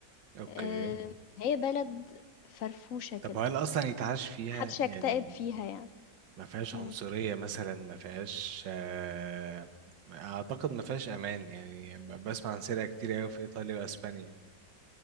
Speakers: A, on the right; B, on the left.
A: اوكي
B: آه، هي بلد فرفوشة كده
A: طب هل اصلا يتعاش فيها
B: محدش
A: يعني
B: هيكتئب فيها يعني
A: ما فيهاش
B: مم.
A: عنصرية مثلا ما فيهاش آه اعتقد ما فيهاش امان يعني ب- بسمع عن سرقة كتير قوي في ايطاليا واسبانيا